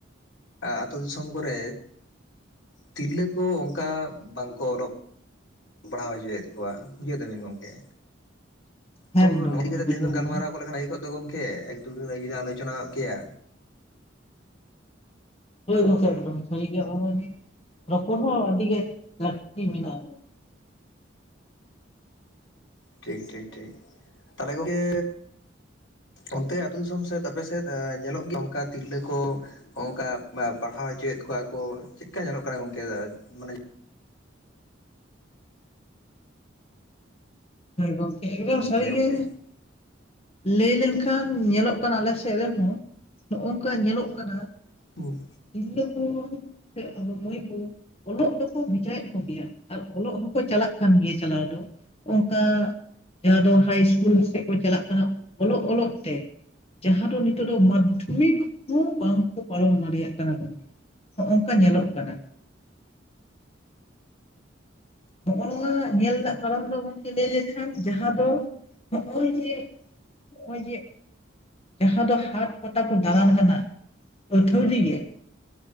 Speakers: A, on the left (about 90°); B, on the left (about 30°).
A: ᱟᱛᱳ ᱫᱤᱥᱚᱢ ᱠᱚᱨᱮ ᱛᱤᱨᱞᱟᱹ ᱠᱚ ᱚᱱᱠᱟ ᱵᱟᱝᱠᱚ ᱚᱞᱚᱜ ᱯᱟᱲᱦᱟᱣ ᱦᱚᱪᱚᱭᱮᱫ ᱠᱚᱣᱟ ᱵᱩᱡᱷᱟᱹᱣ ᱫᱟᱹᱵᱤᱱ ᱜᱚᱢᱠᱮᱼᱟ᱾
B: ᱦᱮᱸ
A: ᱛᱚ
B: ᱮᱠᱫᱚᱢ
A: ᱱᱚᱣᱟ ᱤᱫᱤ
B: ᱜᱚᱝᱠᱮ
A: ᱠᱟᱛᱮ
B: ᱵᱩᱡᱷᱟᱹᱣ
A: ᱛᱮᱦᱮᱧ ᱫᱚ
B: ᱠᱮᱫᱟᱞᱤᱧ
A: ᱜᱟᱞᱢᱟᱨᱟᱣ ᱜᱚᱫ ᱞᱮᱠᱷᱟᱱ ᱵᱷᱟᱜᱮ ᱵᱷᱟᱜᱮ ᱠᱚᱜ ᱫᱚ ᱜᱳᱢᱠᱮ ᱮᱠ ᱫᱩ <inaudible> ᱟᱞᱚᱪᱚᱱᱟ ᱠᱮᱭᱟ᱾
B: ᱦᱳᱭ ᱜᱚᱢᱠᱮ ᱮᱠᱫᱚᱢ ᱥᱟᱹᱨᱤ ᱜᱮ ᱱᱚᱜ- ᱚ ᱱᱤᱭᱮ ᱨᱚᱯᱚᱲ ᱦᱚᱸ ᱟᱹᱰᱤ ᱜᱮ ᱞᱟᱹᱠᱛᱤ ᱢᱮᱱᱟᱜᱼᱟ ᱾
A: ᱴᱷᱤᱠ ᱴᱷᱤᱠ ᱴᱷᱤᱠ ᱛᱟᱦᱞᱮ ᱜᱚᱠᱮ ᱚᱱᱛᱮ ᱟᱹᱛᱩ ᱫᱤᱥᱚᱢ ᱥᱮᱫ ᱟᱯᱮᱥᱮᱫ ᱧᱮᱞᱚᱜ ᱜᱮᱭᱟ ᱚᱱᱠᱟ ᱛᱤᱨᱞᱟᱹ ᱠᱚ ᱱᱚᱝᱠᱟ ᱯᱟᱲᱦᱟᱣ ᱦᱚᱪᱚᱭᱮᱫ ᱠᱚᱣᱟ ᱠᱚ ᱪᱮᱫᱠᱟ ᱧᱮᱞᱚᱜ ᱠᱟᱱᱟ ᱜᱚᱝᱠᱮ ᱢᱟᱱᱮ
B: ᱦᱳᱭ ᱜᱚᱢᱠᱮ ᱮᱠᱫᱚᱢ ᱥᱟᱹᱨᱤ
A: ᱜᱮᱭᱟ ᱜᱚᱝᱠᱮ
B: ᱜᱮ᱾ ᱞᱟᱹᱭ ᱞᱮᱱᱠᱷᱟᱱ ᱧᱮᱞᱚᱜ ᱠᱟᱱᱟ ᱟᱞᱮ ᱥᱮᱫ ᱨᱮᱦᱚᱸ ᱱᱚᱜ-ᱚ ᱱᱚᱝᱠᱟ ᱧᱮᱞᱚᱜ ᱠᱟᱱᱟ
A: ᱦᱩᱸ
B: ᱛᱤᱨᱞᱟᱹ ᱠᱚ ᱥᱮ ᱟᱵᱚ ᱢᱟᱹᱭ ᱠᱚ ᱚᱞᱚᱜ ᱫᱚᱠᱚ ᱵᱷᱮᱡᱟᱭᱮᱫ ᱠᱚᱜᱮᱭᱟ ᱟᱨ ᱚᱞᱚᱜ ᱦᱚᱸᱠᱚ ᱪᱟᱞᱟᱜ ᱠᱟᱱ ᱜᱮᱭᱟ ᱪᱟᱞᱟᱣ ᱫᱚ ᱾ ᱚᱱᱠᱟ ᱡᱟᱦᱟᱸ ᱫᱚ ᱦᱟᱭ ᱤᱥᱠᱩᱞ ᱥᱮᱫ ᱠᱚ ᱪᱟᱞᱟᱜ ᱠᱟᱱᱟ ᱚᱞᱚᱜ ᱚᱞᱚᱜ ᱛᱮ᱾ ᱡᱟᱦᱟᱸ ᱫᱚ ᱱᱤᱛᱚᱜ ᱫᱚ ᱢᱟᱫᱽᱫᱷᱚᱢᱤᱠ ᱦᱚᱸ ᱵᱟᱝᱠᱚ ᱯᱟᱞᱚᱱ ᱫᱟᱲᱮᱭᱟᱜ ᱠᱟᱱᱟ ᱜᱚᱢᱠᱮ ᱦᱚᱸᱜ-ᱚᱝᱠᱟ ᱧᱮᱞᱚᱜ ᱠᱟᱱᱟ᱾ ᱦᱚᱜᱼᱚ ᱱᱚᱣᱟ ᱧᱮᱞ ᱨᱮᱱᱟᱜ ᱠᱟᱨᱚᱱ ᱫᱚ ᱵᱟᱝ ᱞᱮᱭ ᱞᱮᱠᱷᱟᱱ ᱡᱟᱦᱟᱸ ᱫᱚ ᱱᱚᱜᱼᱚᱭ ᱡᱮ ᱱᱚᱜᱼᱚᱭ ᱡᱟᱦᱟᱸ ᱫᱚ ᱦᱟᱴ ᱯᱟᱛᱟ ᱠᱚ ᱫᱟᱬᱟᱱ ᱠᱟᱱᱟ ᱟᱹᱛᱷᱟᱹᱲᱤ ᱜᱮ᱾